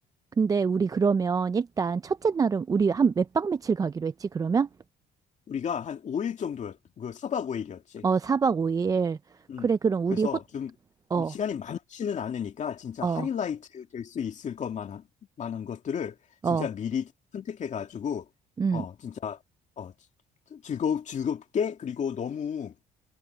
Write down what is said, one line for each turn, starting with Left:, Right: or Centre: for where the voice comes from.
Right: 근데 우리 그러면 일단 첫째 날은 우리 한 몇 박 며칠 가기로 했지, 그러면?
Left: 우리가 한 5일 정도였, 그 사박 5일이었지.
Right: 어, 4박 5일.
Left: 음.
Right: 그래, 그럼 우리
Left: 그래서
Right: 호,
Left: 좀
Right: 어,
Left: 시간이 많지는 않으니까 진짜
Right: 어,
Left: 하이라이트 될 수 있을 것만 한, 만한 것들을
Right: 어.
Left: 진짜 미리 선택해 가지고
Right: 음.
Left: 어 진짜 어 즐거 즐겁게 그리고 너무